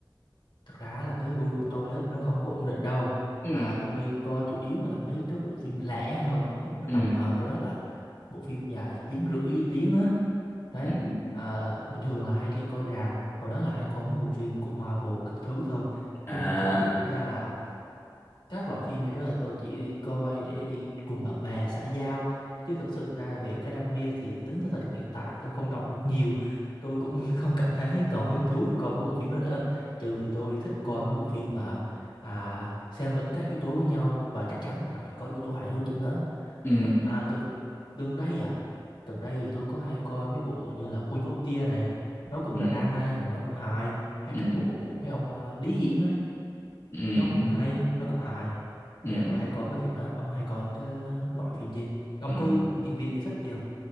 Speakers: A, on the left (about 75°); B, on the left (about 35°).
A: thật ra là cái gu của tôi á nó không có ổn định đâu
B: ừ
A: à, tôi coi chủ yếu là mấy cái bộ phim lẻ thôi
B: ừ
A: tầm ờ, đâu đó là bộ phim dài tiếng rưỡi tiếng á đấy
B: ừ
A: à, bình thường là hay đi coi rạp hồi đó là hay coi mấy bộ phim của Marvel các thứ thôi
B: à
A: nhưng mà thực chất ra là các loại phim như đó là tôi chỉ đi coi để đi cùng bạn bè xã giao chứ thực sự ra về cái đam mê thì tính tới thời điểm hiện tại tôi không đọc được nhiều tôi cũng <laughs> không cảm thấy còn hứng thú khi coi mấy bộ phim đó nữa trừ thì tôi thích coi mấy bộ phim mà à, xen lẫn các yếu tố với nhau và chắc chắn là phải có yếu tố hài hước trong đó
B: ừ
A: Hoặc- à, gần gần đây à gần đây thì tôi có hay coi mấy bộ như là Queen of Tears này nó cũng
B: ừ
A: drama nhưng mà nó cũng hài hay
B: ừ
A: các bộ của mấy ông à, Lý Hiển á
B: ừ
A: nó cũng
B: ừ
A: hay nó cũng hài
B: ừ
A: nên là tôi hay coi mấy việc đó ông hay coi cái loại phim gì ông
B: ừ.
A: có diễn viên yêu thích gì không